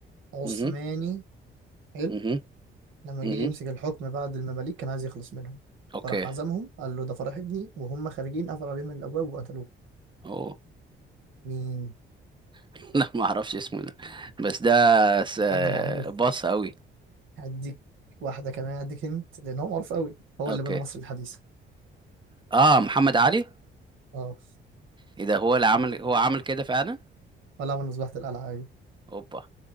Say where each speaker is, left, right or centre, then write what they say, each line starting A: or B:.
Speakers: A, on the right (about 80°); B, on the right (about 25°).
A: عثماني
B: امم
A: حلو
B: امم
A: لما
B: امم
A: جه يمسك الحكم بعد المماليك كان عايز يخلص منهم
B: اوكي
A: فراح عزمهم قال له ده فرح ابني وهم خارجين قفل عليهم الابواب وقتلوه
B: اوه
A: مين
B: <laughs> لا ما اعرفش اسمه ده بس ده س-
A: حد بعميق
B: باص قوي
A: هديك واحدة كمان هديك انت لان هو معروف قوي هو
B: اوكي
A: اللي بنى مصر الحديثة
B: اه محمد علي
A: اه
B: ايه ده هو اللي عمل هو عمل كده فعلا
A: ولا عمل مذبحة القلعة ايوه
B: اوبا